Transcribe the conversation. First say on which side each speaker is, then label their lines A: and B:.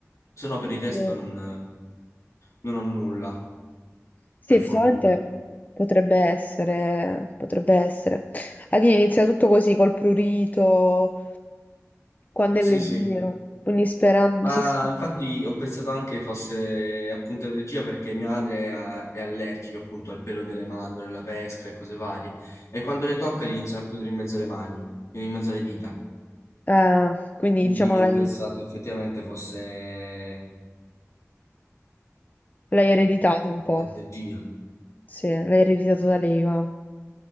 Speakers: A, on the left; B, on the left.
A: Se no per il resto
B: Sì.
A: non non ho nulla,
B: Sì,
A: per
B: effettivamente
A: fortuna.
B: potrebbe essere, potrebbe essere. Adina inizia tutto così col prurito, quando è
A: Sì,
B: leggero,
A: sì.
B: quindi sperando,
A: Ma
B: si spera.
A: infatti ho pensato anche fosse appunto allergia perché mia madre è, a- è allergica appunto al pelo delle mandorle, alla pesca e cose varie. E quando le tocca gli iniziano a prudere in mezzo alle mani, in mezzo alle dita.
B: Ah, quindi
A: Quindi
B: diciamo l'hai
A: ho pensato effettivamente fosse eh,
B: l'hai ereditato un po',
A: l'allergia.
B: sì, l'hai ereditato da lei, ma